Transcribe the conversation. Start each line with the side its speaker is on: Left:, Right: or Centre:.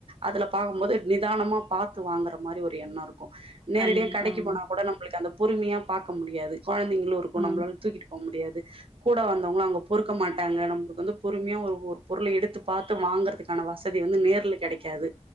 Right: அதுல பாக்கும்போது நிதானமா பாத்து வாங்கற மாரி ஒரு எண்ணோ இருக்கும் நேரடியா
Centre: கண்டிப்பா.
Right: கடைக்கு
Centre: ஆமா,
Right: போனா கூட நம்மளுக்கு அந்த பொறுமையா பாக்க முடியாது கொழந்தைங்களு இருக்கு நம்மளால
Centre: ஆமா,
Right: தூக்கிட்டு போ முடியாது கூட வந்தவங்கல்லா அவுங்க பொறுக்க மாட்டாங்க நம்மளுக்கு வந்து பொறுமையா ஒரு ஒரு பொருள எடுத்து பாத்து வாங்கறக்கு கான வசதி வந்து நேர்ல கெடைக்காது